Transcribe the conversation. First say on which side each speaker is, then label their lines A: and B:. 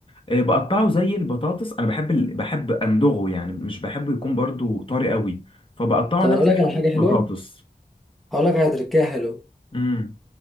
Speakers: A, on the left; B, in the centre.
A: آه، بقطعه زي البطاطس انا بحب ال... بحب امضغه يعني مش بحبه يكون برضو طري قوي فبقطعه
B: طب
A: نفس
B: انا اقول لك على حاجة
A: البطاطس
B: حلوة هقول لك على تركية حلوة
A: امم